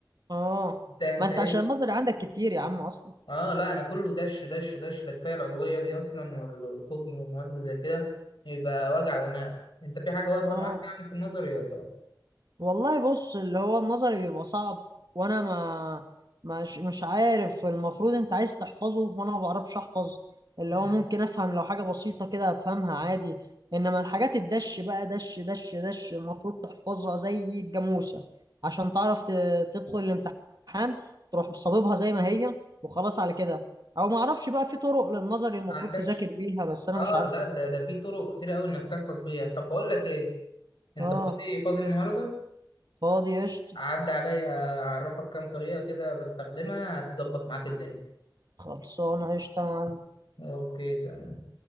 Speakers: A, on the right; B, on the left.
A: اه
B: انت انت
A: ما أنت
B: ايه
A: عشان
B: ال-
A: النظري عندك كتير يا عم أصلا
B: اه لا انا كله دش دش دش ده كفايه العضويه دي اصلا وال- والفضم والمواد اللي زي كده يبقى وجع دماغ انت في حاجه واقفه
A: اه
B: معاك يعني في النظري ولا <laughs> إيه؟
A: والله بص اللي هو النظري بيبقى صعب وانا ما مش مش عارف المفروض انت عايز تحفظه وانا ما بعرفش احفظ اللي
B: مم.
A: هو ممكن افهم لو حاجة بسيطة كده افهمها عادي انما الحاجات الدش بقى دش دش دش المفروض تحفظها زي الجاموسة عشان تعرف ت- تدخل الامتحان تروح صاببها زي ما هي وخلاص على كده او ما اعرفش بقى في طرق للنظري المفروض
B: ما عندكش
A: تذاكر بيها بس انا
B: اه
A: مش عارفه
B: لا ده ده في طرق كتير قوي انك تحفظ بيها طب بقول لك ايه انت
A: اه
B: فاضي فاضي النهارده
A: فاضي قشطة
B: اعدي عليا اعرفك كام طريقه كده بستخدمها هتظبط معاك الدنيا
A: خلصانة قشطة يا معلم
B: اوكي تمام